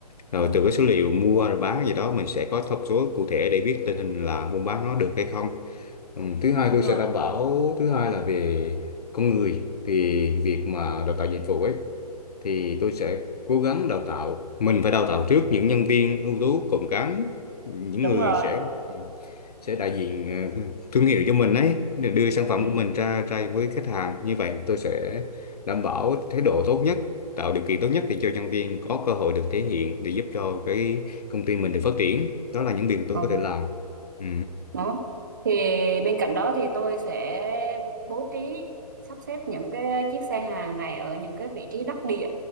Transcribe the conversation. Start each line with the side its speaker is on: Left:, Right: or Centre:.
Left: rồi
Right: Ừ,
Left: từ cái số liệu mua rồi bán gì đó mình sẽ có thông số cụ thể để biết tình hình là buôn bán nó được hay không ừ, thứ hai
Right: đúng
Left: tôi
Right: rồi,
Left: sẽ đảm bảo thứ hai là về con người thì việc mà đào tạo dịch vụ ấy thì tôi sẽ cố gắng đào tạo mình phải đào tạo trước những nhân viên ưu tú cộm cán những
Right: đúng
Left: người
Right: rồi.
Left: sẽ sẽ đại diện ờ, thương hiệu cho mình ấy để đưa sản phẩm
Right: ừ.
Left: của mình ra ra với khách hàng như vậy tôi sẽ đảm bảo thái độ tốt nhất tạo điều kiện tốt nhất để cho nhân viên có cơ hội được thể hiện để giúp cho cái công ty mình được phát triển đó là những việc tôi
Right: Ừ.
Left: có thể làm ừ.
Right: đó thì bên cạnh đó thì tôi sẽ bố trí sắp xếp những cái chiếc xe hàng này ở những cái vị trí đắc địa